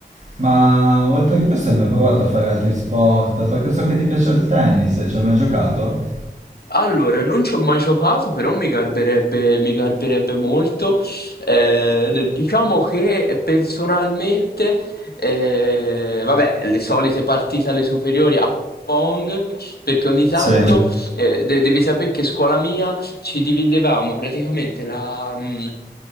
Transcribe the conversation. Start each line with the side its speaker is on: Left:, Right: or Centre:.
Right: Ma oltre a questo hai mai provato a fare altri sport? Perché so che ti piace il tennis, ci hai mai giocato?
Left: Allora, non ci ho mai giocato, però mi garberebbe, mi garberebbe molto. Eh, diciamo che personalmente, eh, vabbè, le solite partite alle superiori a Pong, perché ogni tanto,
Right: Sì,
Left: eh, de- devi sapere che scuola mia ci dividevamo praticamente la, mh,